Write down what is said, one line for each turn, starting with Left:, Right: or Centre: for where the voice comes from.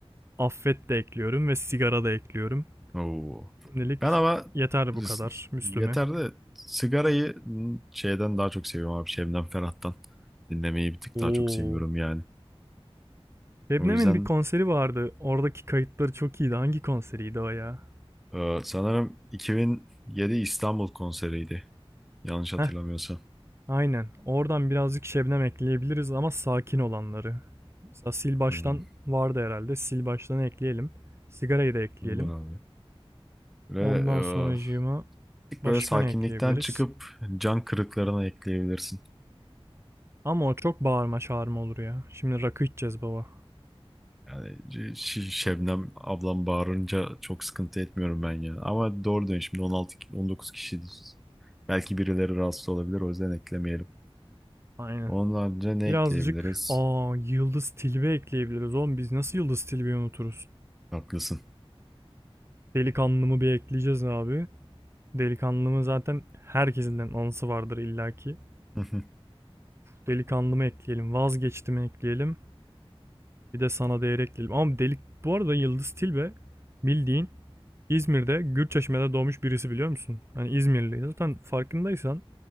Right: affet de ekliyorum ve sigara da ekliyorum.
Centre: Oo.
Right: Şimdilik
Centre: Ben ama
Right: yeter bu kadar Müslüm'e.
Centre: yeter de sigarayı şeyden daha çok seviyorum abi. Şebnem Ferah'tan dinlemeyi bir tık
Right: Oo.
Centre: daha çok seviyorum yani.
Right: Şebnem'in
Centre: O yüzden
Right: bir konseri vardı. Oradaki kayıtları çok iyiydi. Hangi konseriydi o ya?
Centre: e, sanırım 2007 İstanbul konseriydi. Yanlış hatırlamıyorsam.
Right: Heh, Aynen. Oradan birazcık şebnem ekleyebiliriz ama sakin olanları. Mesela sil baştan
Centre: Hmm,
Right: vardı herhalde. Sil baştanı ekleyelim. Sigarayı da ekleyelim.
Centre: olur abi. Ve
Right: Ondan
Centre: e,
Right: sonracığıma
Centre: bir tık
Right: başka
Centre: böyle sakinlikten
Right: ne ekleyebiliriz?
Centre: çıkıp can kırıklarına ekleyebilirsin.
Right: Ama o çok bağırma çağırma olur ya. Şimdi rakı içeceğiz baba.
Centre: Yani Ş- Şebnem ablam bağırınca çok sıkıntı etmiyorum ben ya. Ama doğru diyorsun şimdi 16 19 kişiyiz. Belki birileri rahatsız olabilir o yüzden eklemeyelim.
Right: Aynen.
Centre: Ondan önce ne
Right: Birazcık
Centre: ekleyebiliriz?
Right: aa Yıldız Tilbe ekleyebiliriz oğlum. Biz nasıl Yıldız Tilbe'yi unuturuz?
Centre: Haklısın.
Right: Delikanlımı bir ekleyeceğiz abi. Delikanlımı zaten herkesinden anısı vardır illaki.
Centre: <laughs>
Right: Delikanlımı ekleyelim. Vazgeçtimi ekleyelim. Bir de sana değer ekleyelim. Ama delik bu arada Yıldız Tilbe bildiğin İzmir'de Gürçeşme'de doğmuş birisi biliyor musun? Hani İzmirli. Zaten farkındaysan